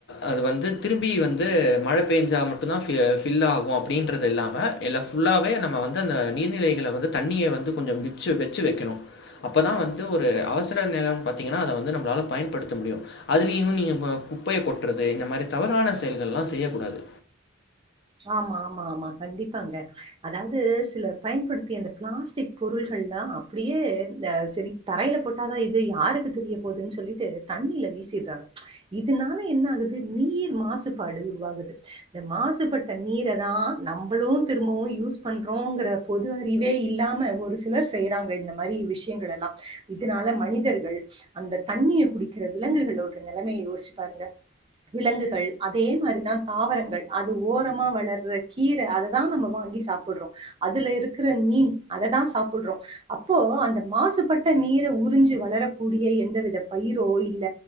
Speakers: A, on the left; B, on the right.
A: அது வந்து திரும்பி வந்து மழை பெஞ்சா மட்டுதா ஃபில் ஆகு ஓ அப்புடின்றது இல்லாம எல்லா ஃபுல்லாவே நம்ம வந்து அந்த நீர்நிலைகள வந்து தண்ணிய வந்து கொஞ்சோ சு வச்சு வைக்கணு அப்போதா வந்து ஒரு அவசர நேரோ பாத்திங்கன்னா அத வந்து நம்மளால பயன்படுத்த முடியு அதுலயு இவங்க இப்ப குப்பைய கொட்டுறது இந்த மாரி தவறான செயல்கல்லா செய்ய கூடாது
B: ஆமா ஆ கண்டிப்பாங்க அதாவது சிலர் பயன்படுத்திய அந்த பிளாஸ்டிக் பொருள்கள்லா அப்டியே செரி தரையில போட்டாதா இது யாருக்கு தெரிய போவுதுன்னு சொல்லிட்டு தண்ணில வீசிடுறாங்க இதனால என்ன ஆகுது நீர் மாசுபாடு உருவாகுது இந்த மாசுபட்டு நீர தா நம்மளு திரும்பவு யூஸ் பண்றோங்கிற பொது அறிவே இல்லாம ஒரு சில சிலர் செய்யறாங்க இந்த மாரி விஷயங்கள் எல்லா இதனால மனிதர்கள் அந்த தண்ணிய குடிக்கிற விலங்குகளோட நிலமைய யோசிச்சு பாருங்க விலங்குகள் அதே மாரிதா தாவரங்கள் அது ஓ ஓரமா வளர்ற கீர அத தா நம்ம வாங்கி சாப்பிடுறோ அதுல இருக்கிற மீன் அத தா சாப்பிடுறோ அப்போ அந்த மாசுபட்ட நீர உறிஞ்சி வளரக்கூடிய எந்தவித பயிரோ இல்ல